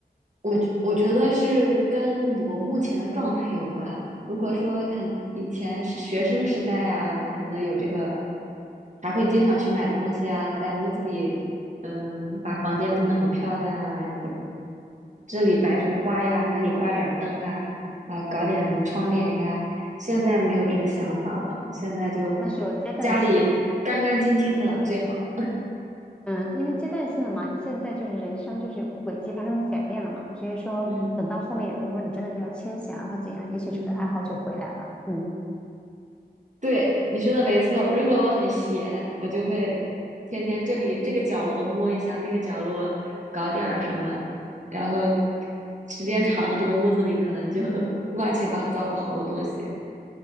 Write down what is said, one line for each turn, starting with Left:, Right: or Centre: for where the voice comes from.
Right: 我觉我觉得是跟我目前的状态有关。如果说可能以前是学生时代啊，可能有这个，还会经常去买东西啊，在屋子里，嗯，把房间弄得很漂亮啊，我这里摆幅画呀，那里挂点儿灯啊，啊，搞点什么窗帘呀。现在没有这个想法了，现在就
Centre: 好，那是有阶段性的。
Right: 家里干干净净的最好。
Centre: 嗯，因为阶段性的嘛，你现在就是人生就是有个轨迹发生改变了嘛，所以说等到后面，
Right: 嗯
Centre: 如果说你真的比较清闲啊或怎样，也许这个爱好就回来了。
Right: 嗯。嗯
Centre: 嗯，
Right: 对，你说的没错。如果我很闲，我就会天天这里这个角落摸一下，那个角落搞点儿什么，然后时间长了，这个屋子里可能就 <laughs> 乱七八糟的好多东西。